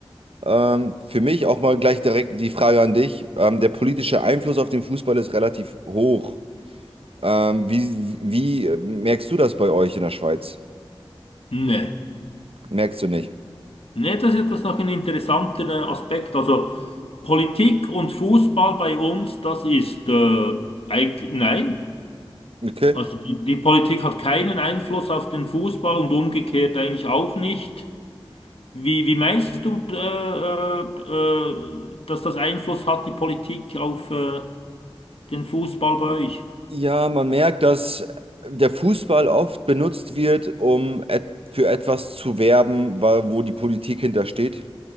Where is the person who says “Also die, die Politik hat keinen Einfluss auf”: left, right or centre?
Left